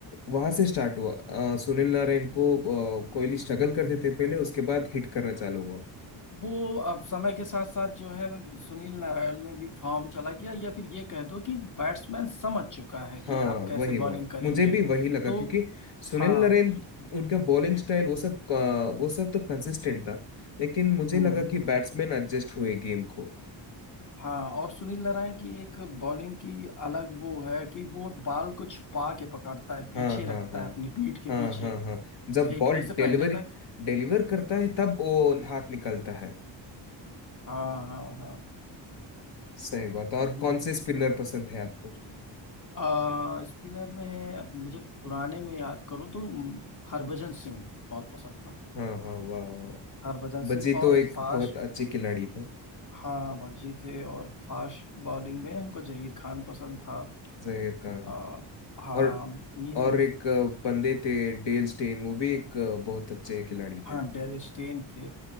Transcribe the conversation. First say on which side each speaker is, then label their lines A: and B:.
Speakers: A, on the left; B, on the left.
A: वहां से स्टार्ट हुआ अ, सुनील नारायण को अ, कोहली स्ट्रगल करते थे पहले उसके बाद हिट करना चालू हुआ
B: वो अब समय के साथ साथ जो है सुनील नारायण में भी फॉर्म चला गया या फिर ये कह दो कि बैट्समैन समझ चुका है
A: हाँ
B: कि आप कैसे
A: वही बात
B: बॉलिंग करेंगे
A: मुझे भी वही लगा
B: तो
A: क्योंकि सुनील
B: हाँ
A: नारायण उनका बॉलिंग स्टाइल वो सब अ, वो सब तो कंसिस्टेंट था लेकिन मुझे
B: हम्म
A: लगा कि बैट्समैन एडजस्ट हुए गेम को
B: हाँ और सुनील नारायण की एक बॉलिंग की अलग वो है कि वो बॉल को छुपा के पकड़ता है पीछे
A: हाँ हाँ
B: रखता
A: हाँ
B: है अपनी पीठ के
A: हाँ
B: पीछे
A: हाँ हाँ जब
B: फेंकने
A: बॉल
B: से
A: डिलीवरी
B: पहले तक
A: डिलीवर करता है तब वो हाथ निकलता है
B: हाँ हाँ हाँ
A: सही बात और
B: सही
A: कौन से स्पिनर पसंद है आपको
B: आ स्पिनर में मुझे पुराने में याद करो तो हरभजन सिंह बहुत पसंद था
A: हाँ हाँ वाह वाह वाह
B: हरभजन
A: बज्जी
B: सिंह
A: तो
B: और
A: एक
B: फास्ट
A: बहुत अच्छी खिलाड़ी थे
B: हाँ भज्जी थे और फास्ट बॉलिंग में हमको जहीर खान पसंद था
A: जहीर खान
B: आ, हाँ
A: और
B: इन
A: और एक अ, बंदे थे डेल स्टेन वो भी एक अ, बहुत अच्छे खिलाड़ी
B: हाँ
A: थे
B: डेल स्टेन थे